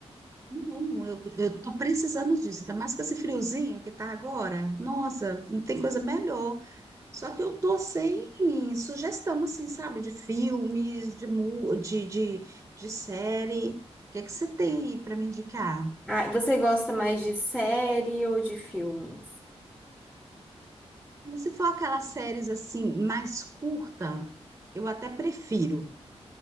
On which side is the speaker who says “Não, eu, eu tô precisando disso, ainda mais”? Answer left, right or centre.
Right